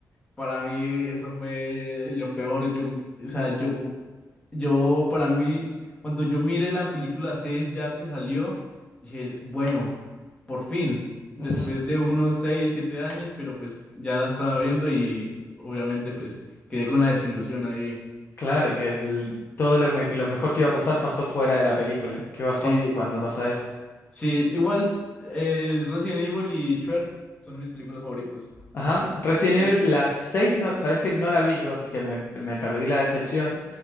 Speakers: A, on the left; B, on the left.
A: Para mí eso fue lo peor. Yo, o sea, yo yo, para mí, cuando yo miré la película 6 ya que salió, dije, bueno, por fin, después
B: ujú,
A: de unos 6 7 años, pero pues ya la estaba viendo y obviamente pues quedé con la desilusión ahí.
B: Claro, que el- todo lo, me- lo mejor que iba a pasar pasó fuera de la película. Qué bajón
A: Sí,
B: cuando pasa eso.
A: ah, sí, igual eh, Resident Evil y Shrek son mis películas favoritas.
B: Ajá, Resident Evil,
A: Sí,
B: las seis, no, sabes que no la vi yo, así que me, me perdí la decepción.